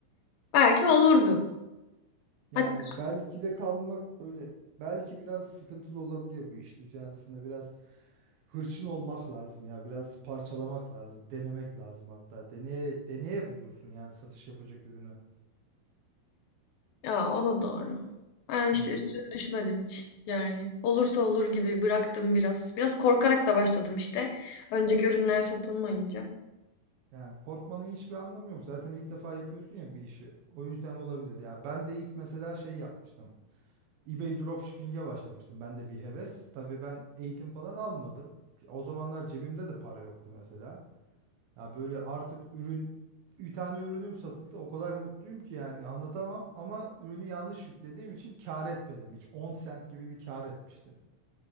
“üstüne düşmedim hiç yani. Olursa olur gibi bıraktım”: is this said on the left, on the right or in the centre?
Left